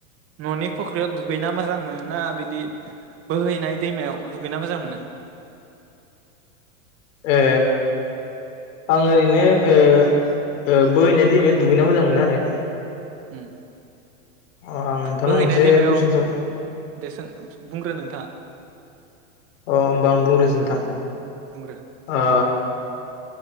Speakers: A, on the right; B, on the left.
A: ननि फख्रियाव दुगैना मोजां मोनो ना बिदि बोहैनाय दैमायाव दुगैना मोजां मोनो?
B: ए आं ओरैनो ओ ओ बोहैनाय दैमायाव दुगैना मोजां मोनो आरो।
A: हम
B: अ आं नोंथांनाव
A: बोहैनाय
B: मोनसे
A: दैमायाव
B: कुइसन सों
A: देसों बुंग्रो नोंथाङा।
B: अ होमबा आं बुंग्रोसै नोंथां
A: बुंग्रो
B: ओ